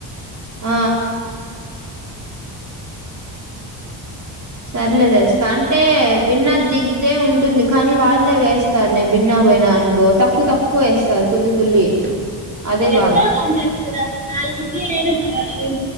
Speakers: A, on the right; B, on the right.
A: ఆ సర్లే తెస్తా అంటే బిర్న దిగితే ఉంటుంది కానీ వాళ్ళే వేస్తారు నేను బిర్న పోయినా అనుకో తక్కువ తక్కువ వేస్తారు కుల్లి కుల్లి అదే
B: ఎంత
A: బాధ
B: గొంతు ఎత్తుకొని రా నాలుగు ఇడ్లీలు అయినా పర్వాలేదు